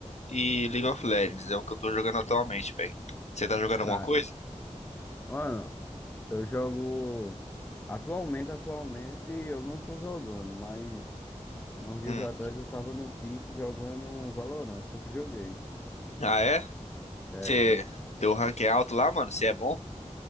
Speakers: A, on the left (about 65°); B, on the left (about 15°).
A: e League of Legends. É o que eu tô jogando atualmente, velho. Você tá jogando
B: <laughs>
A: alguma
B: Ah,
A: coisa?
B: Mano, eu jogo. Atualmente, atualmente eu não tô jogando, mas há uns dias
A: Hum.
B: atrás eu tava no pique jogando um Valorant, sempre joguei.
A: Ah, é?
B: É.
A: Você... Teu rank é alto lá, mano? Você é bom?